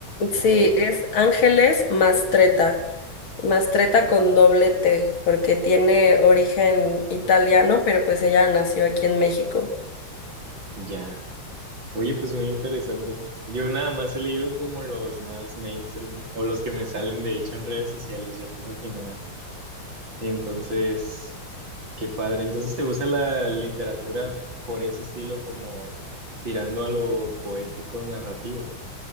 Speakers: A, on the right; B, on the left.
A: por
B: Sí,
A: favor.
B: es Ángeles Mastretta, Mastretta con doble T, porque tiene origen italiano, pero pues ella nació aquí en México.
A: Ya. Oye, pues muy interesante. Yo nada más he leído como los más mainstream o los que me salen de hecho en redes sociales, ya te imaginarás. Entonces, qué padre. Entonces, ¿te gusta la literatura por ese estilo como tirando a lo poético narrativo?